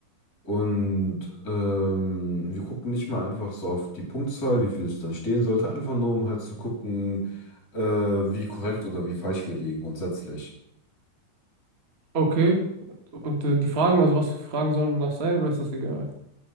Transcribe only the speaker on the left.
Und ähm, wir gucken nicht mal einfach so auf die Punktzahl, wie viel es dann stehen sollte, einfach nur, um halt zu gucken, äh, wie korrekt oder wie falsch wir liegen grundsätzlich.